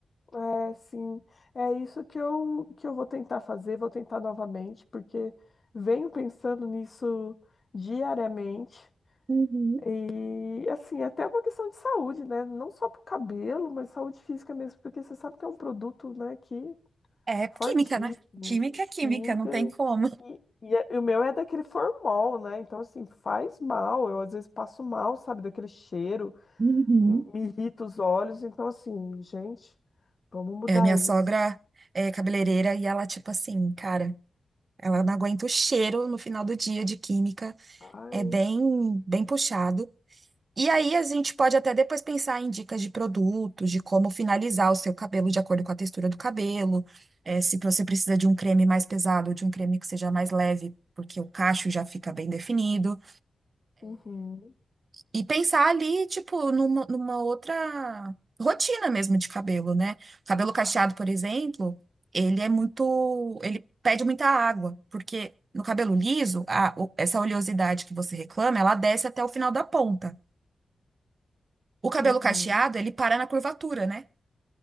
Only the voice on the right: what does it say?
Uhum,
É
química, né? Química é química,
não tem
como.
uhum.
É, minha
sogra é cabeleireira e ela, tipo assim, cara. Ela não aguenta o cheiro no final do dia de química,
é bem, bem puxado. E aí a gente pode até depois pensar em dicas de produtos, de como finalizar o seu cabelo de acordo com a textura do cabelo, eh, se você precisa de um creme mais pesado ou de um creme que seja mais leve, porque o cacho já fica bem definido.
E pensar ali, tipo, numa, numa outra rotina mesmo de cabelo, né? Cabelo
cacheado, por exemplo, ele é muito, ele pede muita água, porque no cabelo liso, a, o- essa oleosidade que você reclama, ela desce até o final da ponta. O cabelo
cacheado, ele para na curvatura, né?